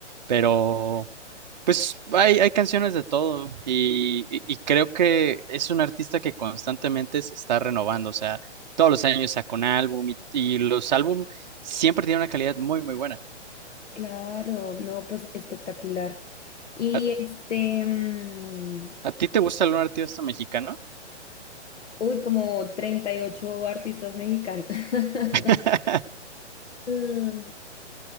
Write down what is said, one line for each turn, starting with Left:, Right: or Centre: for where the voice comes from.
Right: Pero, pues, hay, hay canciones de todo y, y y creo que es un artista que constantemente se está renovando, o sea, todos los años saca un álbum y, y los álbum siempre tienen una calidad muy, muy buena.
Left: Claro, no, pues espectacular. Y
Right: Ah,
Left: este, mm,
Right: ¿A ti te gusta algún artista mexicano?
Left: uy, como 38 artistas mexicanos. <laughs>
Right: <laughs>
Left: Mm,